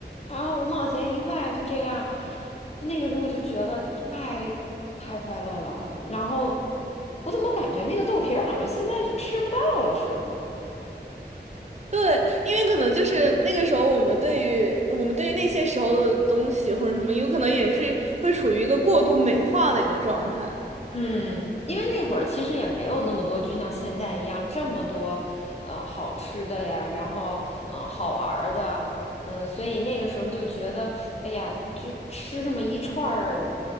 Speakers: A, on the left; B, on the right.
A: 然后五毛钱一块，就这样。那个时候我就觉得太太快乐了。然后我怎么感觉那个豆皮儿好像现在就吃不到了似的呢？
B: 对，因为可能就是那个时候，我们对于我们对于那些时候的东西或者什么，有可能也是会处于一个过度美化的一个状态。
A: 嗯，因为那会儿其实也没有那么多，就像现在一样这么多，呃，好吃的呀，然后嗯、呃好玩儿的，嗯、所以那个时候就觉得，哎呀，就吃这么一串儿